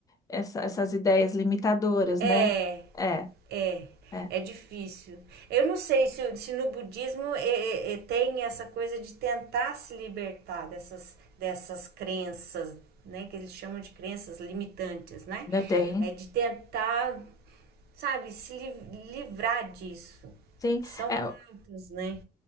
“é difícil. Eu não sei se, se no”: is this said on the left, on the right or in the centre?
Right